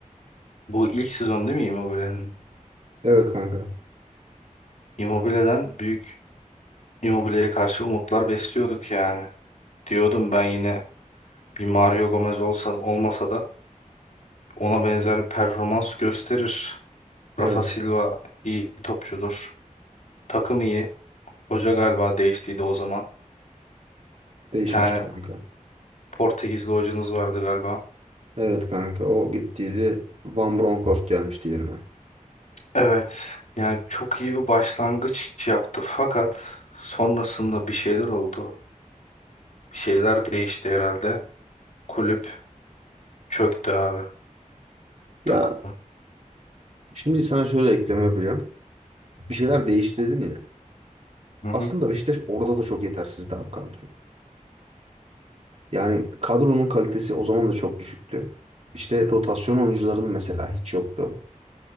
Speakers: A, on the left; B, on the right.
A: Bu ilk sezon değil mi Immobile'nin?
B: Evet kanka.
A: Immobile'den büyük Immobile'ye karşı umutlar besliyorduk yani. Diyordum ben yine bir Mario Gomez olsa, olmasa da ona benzer bir performans gösterir.
B: Evet.
A: Rafa Silva iyi topçudur. Takım iyi. Hoca galiba değiştiydi o zaman.
B: Değişmişti
A: Bir tane
B: kanka.
A: Portekizli hocanız vardı galiba.
B: Evet kanka. O gittiydi. Van Bronckhorst gelmişti yerine.
A: Evet. Yani çok iyi bir başlangıç yaptı. Fakat sonrasında bir şeyler oldu. Bir şeyler değişti herhalde. Kulüp çöktü abi.
B: Ya
A: Takım.
B: şimdi sana şöyle ekleme yapacağım. Bir şeyler değişti dedin ya.
A: Hı
B: Aslında
A: hı.
B: Beşiktaş orada da çok yetersizdi abi kadro. Yani kadronun kalitesi o zaman da çok düşüktü. İşte rotasyon oyuncuların mesela hiç yoktu.